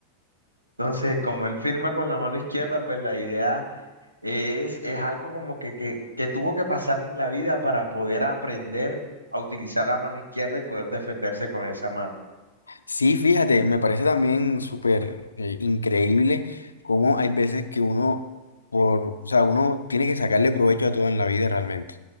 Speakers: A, on the right; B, on the left.
A: Entonces, como él firma con la mano izquierda, pues la idea es, es algo como que, que, que tuvo que pasar en la vida para poder aprender a utilizar la mano izquierda y poder defenderse con esa mano.
B: Sí, fíjate, me parece también súper eh, increíble cómo hay veces que uno, por, o sea, uno tiene que sacarle provecho a todo en la vida realmente.